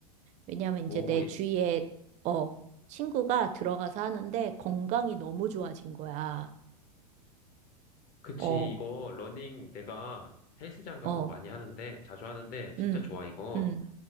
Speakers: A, on the right (about 35°); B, on the left (about 45°).
A: 왜냐하면
B: 오,
A: 이제 내
B: 예,
A: 주위에 어 친구가 들어가서 하는데 건강이 너무 좋아진 거야.
B: 그치,
A: 어,
B: 이거, 러닝 내가 헬스장 가서
A: 어,
B: 많이 하는데, 자주 하는데, 진짜
A: 음,
B: 좋아, 이거.
A: 음,